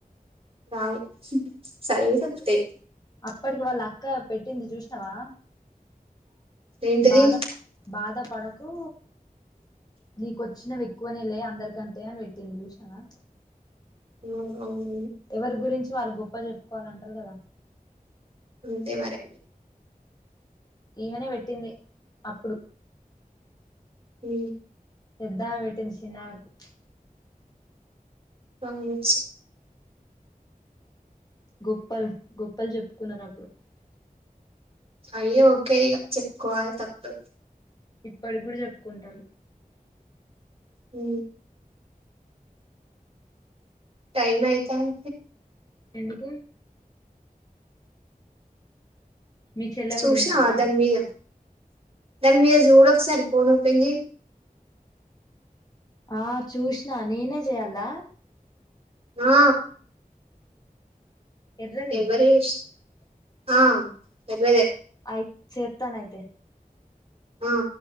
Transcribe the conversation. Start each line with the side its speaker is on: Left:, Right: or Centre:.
Right: రాదు సరి సస్తతే
Left: అప్పటికి వాళ్ళ అక్క పెట్టింది చూసినావా
Right: ఏంటిది
Left: బాద బాద పడకు నీకొచ్చినవి ఎక్కువనే లే అందరికంటే అని పెట్టింది చూసినావా
Right: ఉ అవు
Left: ఎవరి గురించి వాళ్ళు గొప్ప చెప్పుకోవాలంటరు కదా
Right: తె మరి
Left: ఈమెనే పెట్టింది అప్పుడు
Right: ఉ
Left: పెద్దామె పెట్టింది చిన్నామెకు
Right: పంగచ్చ
Left: గొప్పలు గొప్పలు జెప్పుకున్నారు అప్పుడు
Right: అయ్యో ఓకే ఇగ చెప్పుకోవాలి తప్పుడు
Left: ఇప్పటికూడా చెప్పుకుంటారు
Right: ఉ టైమ్ అయితాన్
Left: ఎందుకు మీ చెల్ల
Right: చూసినావా
Left: గూడ ఉందానా
Right: దాని మీద దాని మీరు చూడ ఒకసారి పోన్పోయింది
Left: ఆ చూస్త నా నేనే జేయల్లా
Right: ఆ
Left: ఎర్రది
Right: ఎవరే ఇష్టం ఆ ఎర్ర
Left: అయి చె తాన అయితే
Right: ఆ